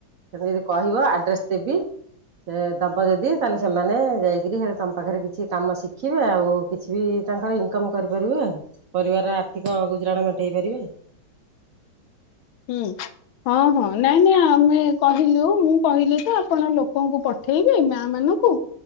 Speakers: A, on the right; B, on the left.
A: ତମେ ଯଦି କହିବ ଆଡ୍ରେସ୍ ଦେବି। ସେ ଦବ ଯଦି ତାହେଲେ ସେମାନେ ଯାଇକରି ହେଲେ ତମ ପାଖରେ କିଛି କାମ ଶିଖିବେ ଆଉ। କିଛି ବି ତାଙ୍କର ଇନକମ୍ କରିପାରିବେ ପରିବାରର ଆର୍ଥିକ ଗୁଜୁରାଣ ମେଣ୍ଟେଇ ପାରିବେ।
B: ହୁଁ ହଁ ହଁ ନାଇଁ ନାଇଁ ଆମେ କହିଲୁ ମୁଁ କହିଲି ତ ଆପଣ ଲୋକଙ୍କୁ ପ ପଠେଇବି ମା ମାନଙ୍କୁ।